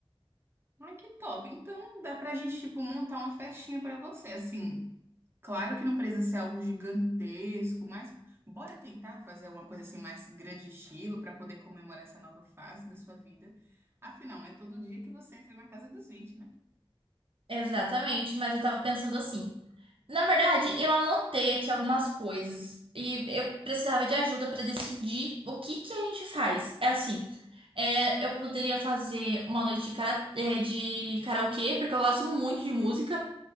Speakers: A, on the right; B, on the right.
A: Ai, que top. Então, dá pra gente, tipo, montar uma festinha pra você, assim. Claro que não precisa ser algo gigantesco, mas bora tentar fazer alguma coisa assim mais grande estilo pra poder comemorar essa nova fase da sua vida. Afinal, não é todo dia que você entra na casa dos 20, né?
B: Exatamente, mas eu tava pensando assim. Na verdade, eu anotei aqui algumas coisas e eu precisava de ajuda para decidir o que que a gente faz. É assim, é, eu poderia fazer uma noite de, kara- é, de karaokê, porque eu gosto muito de música,